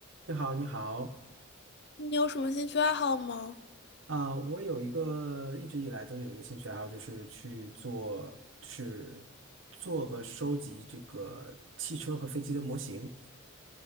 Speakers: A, on the right; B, on the left.
A: 你好，你好
B: 你有什么兴趣爱好吗？
A: 啊，我有一个一直以来都有一个兴趣爱好，就是去做，就是做和收集这个汽车和飞机的模型。